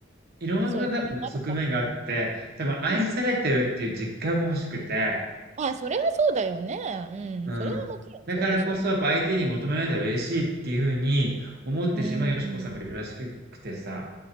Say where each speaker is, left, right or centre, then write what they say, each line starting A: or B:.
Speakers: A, on the right; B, on the right.
A: いろんな多分側面があって、
B: そういうこともあるか。
A: 多分愛されてるっていう実感も欲しくて、
B: うん。あ、それはそうだよね。うん。
A: うん。
B: それはもちろんそうでしょ
A: だからこそやっぱ相手に求められたら嬉しいっていうふうに思ってしまうよしこさんもいるらしくてさ。
B: う。うん。うん。